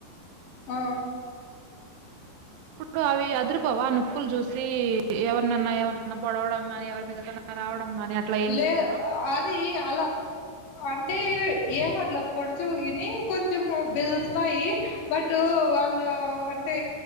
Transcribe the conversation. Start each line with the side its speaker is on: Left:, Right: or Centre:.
Left: ఆ
Right: ఇప్పుడు అవి అదురుపోవా నొప్పులు చూసి ఎవరిననా ఏం అన్న పొడవడం కాని ఎవరి మీదకన్నా రావడం అని అట్లా ఏం
Left: లే
Right: చెయవా
Left: అది అలా అంటే ఏం అట్ల పడుచువుగిని కొంచెం బెదురుతాయి బట్ వాళ్ళ అ అంటే